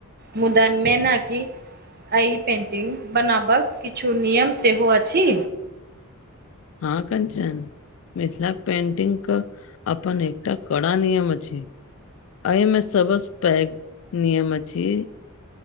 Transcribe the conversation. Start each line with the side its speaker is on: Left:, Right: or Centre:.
Right: मुदा मेना कि एहि पेन्टिंग कऽ बनाबक किछु नियम सेहो अछि
Left: हँ कंचन मिथिलाक पेंटिंग के अपन एकटा कड़ा नियम अछि एहि मे सबसँ पैघ नियम अछि